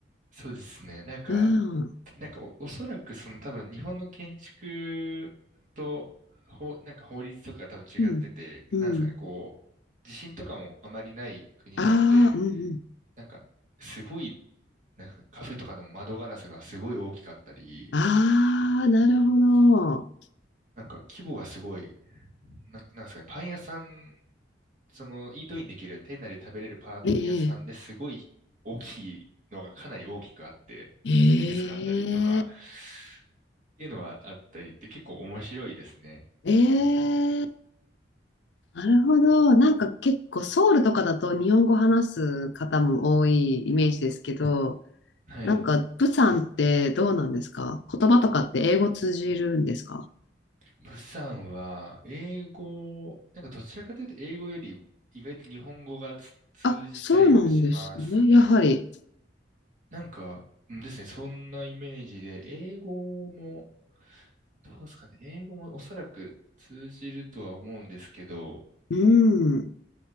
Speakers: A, on the right; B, on the left.
A: そうですね。なんか、
B: うん。
A: なんかお、おそらくその多分日本の建築と、法、なんか法律とか多分違ってて、
B: うん。うん。
A: なんですかね、こう、地震とかもあまりない国なので、
B: ああ、うんうん。
A: なんか、すごい、なんかカフェとかでも窓ガラスがすごい大きかったり、
B: ああ、なるほど。
A: なんか規模がすごい、なん、なんですかね、パン屋さんその、イートインできる、店内で食べれるパン屋さんですごい大きいのがかなり大きくあって、
B: ええ。ええ。
A: いくつかあったりとか、っていうのがあったりで、結構面白いですね。
B: ええ。なるほど。なんか結構ソウルとかだと日本語話す方も多いイメージですけど、
A: はい。
B: なんかプサンってどうなんですか言葉とかって英語通じるんですか
A: ブさんは、英語、なんかどちらかというと英語より意外と日本語がつ通じたりもしますね。
B: あ、そうなんですね。やはり。
A: なんか、うんですね、そんなイメージで、英語も、どうですかね、英語もおそらく通じるとは思うんですけど、
B: うん。